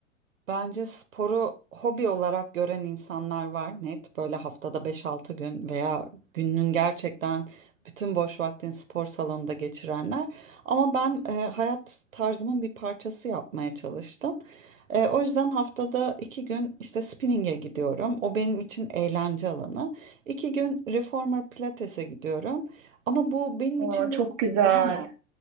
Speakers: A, on the right; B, on the right.
A: Bence sporu hobi olarak gören insanlar var net böyle haftada beş-altı gün veya gününün gerçekten bütün boş vaktini spor salonunda geçirenler. Ama ben e, hayat tarzımın bir parçası yapmaya çalıştım. E, o yüzden haftada 2 gün işte spinning'e gidiyorum. O benim için eğlence alanı. 2 gün reformer pilates'e gidiyorum. Ama bu benim
B: Aa,
A: için
B: çok
A: bir hobi
B: güzel.
A: diyemem.